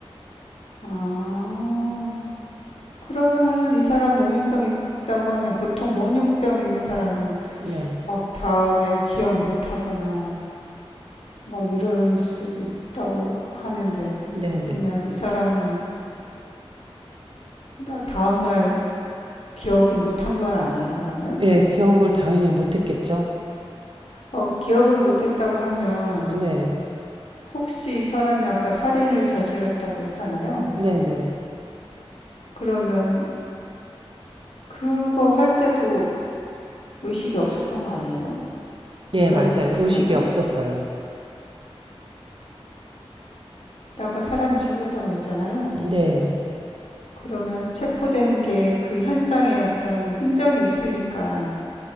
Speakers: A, on the left; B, on the right.
A: 아, 그러면 이 사람 목류병 있다고 하면 보통 목류병 있는 사람은
B: 네,
A: 막 다음에 기억 못 하거나 막 이럴 수도 있다고 하는데,
B: 네,
A: 그러면
B: 네.
A: 이 사람은 나- 다음날 기억을 못한 건 아니에요, 그러면?
B: 예, 기억을 당연히 못했겠죠.
A: 어, 기억을 못했다고 하면
B: 어, 네,
A: 혹시 이 사람이 아까 살인을 저질렀다고 했잖아요.
B: 네, 네.
A: 그러면 그거 할 때도 의식이 없었던 거 아니에요?
B: 예,
A: 기억을
B: 맞아요.
A: 못하거나?
B: 의식이 없었어요.
A: 근데 아까 사람이 죽었다고 했잖아요.
B: 음, 네.
A: 그러면 체포된 게 그 현장에 어떤 흔적이 있으니까